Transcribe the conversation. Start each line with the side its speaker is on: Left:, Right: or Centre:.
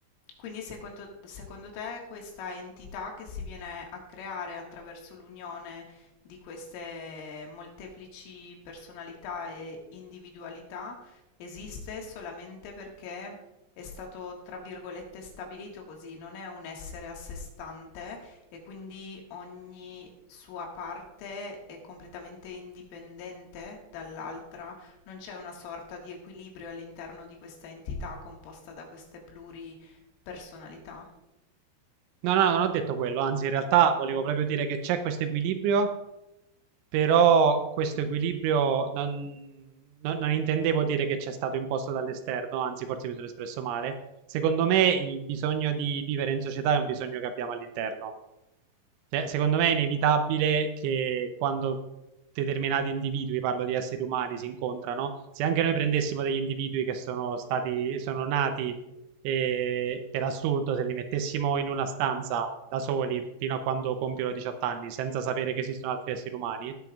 Left: Quindi secondo, secondo te questa entità che si viene a creare attraverso l'unione di queste molteplici personalità e individualità esiste solamente perché è stato, tra virgolette, stabilito così, non è un essere a sé stante e quindi ogni sua parte è completamente indipendente dall'altra, non c'è una sorta di equilibrio all'interno di questa entità composta da queste pluri personalità.
Right: No, no, non ho detto quello, anzi, in realtà volevo proprio dire che c'è questo equilibrio però questo equilibrio non, non- non intendevo dire che c'è stato imposto dall'esterno, anzi forse mi sono espresso male. Secondo me il bisogno di vivere in società è un bisogno che abbiamo all'interno, cioè, secondo me è inevitabile che quando determinati individui, parlo di esseri umani, si incontrano, se anche noi prendessimo degli individui che sono stati, sono nati eh, per assurdo, se li mettessimo in una stanza da soli fino a quando compiono 18 anni, senza sapere che esistono altri esseri umani,